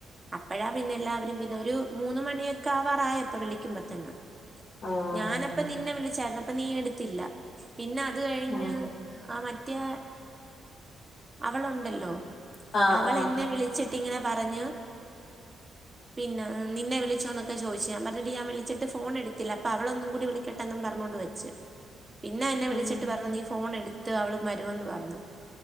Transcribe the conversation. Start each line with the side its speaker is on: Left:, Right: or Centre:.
Right: അപ്പഴാ പിന്നെ എല്ലാവരും പിന്നെ ഒരു മൂന്ന് മണിയൊക്കെ ആ വറായപ്പ വിളിക്കുമ്പോ തന്നെ
Left: ആഹ്
Right: ഞാനപ്പ നിന്നെ വിളിച്ചായിുന്ന അപ്പ നീ എടുത്തില്ല പിന്നെ അത് കഴിഞ്ഞ്
Left: ആഹ്
Right: ആ മറ്റേ അവളുണ്ടല്ലോ
Left: ആഹ്
Right: അവൾ
Left: ആഹ്
Right: എന്നെ വിളിച്ചിട്ട് ങ്ങനെ പറഞ്ഞു പിന്നെ നിന്നെ വിളിച്ചോന്നൊക്കെ ചോദു ഞാ പറഞ്ഞിട്ട്ഞാൻ വിളിച്ചിട്ട് ഫോൺ എടുത്തില്ല അപ്പോ അവളന്നും കൂടി വിളിക്കട്ടെന്നും പറഞ്ഞുകോണ്ട് വരും പിന്നെ എന്നെ വിളിച്ചിട്ട്
Left: ഉം
Right: പറഞ്ഞു നീ ഫോൺ എടുത്ത് അവള് വരുമന്ന് പറഞ്ഞു